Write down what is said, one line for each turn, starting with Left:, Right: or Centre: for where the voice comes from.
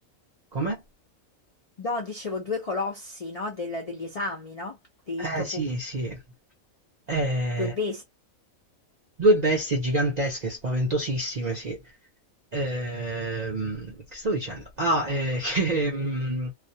Right: Come?
Left: No, dicevo due colossi, no? del- degli esami, no? Diritto
Right: Eh sì,
Left: pubblico,
Right: sì. Eh,
Left: due basi.
Right: Due bestie gigantesche, spaventosissime, sì. Ehm, che stavo dicendo? Ah, eh, <laughs> che, mm,